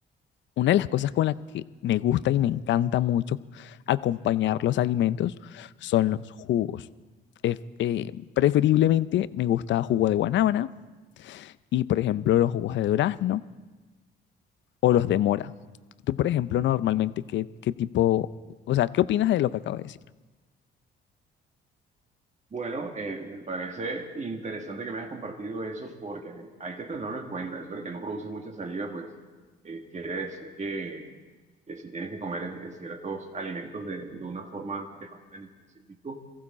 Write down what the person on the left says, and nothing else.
Una de las cosas con las que me gusta y me encanta mucho acompañar los alimentos son los jugos. Eh, eh, preferiblemente me gusta jugo de guanábana y, por ejemplo, los jugos de durazno o los de mora. Tú, por ejemplo, normalmente, ¿qué, qué tipo, o sea, qué opinas de lo que acabo de decir?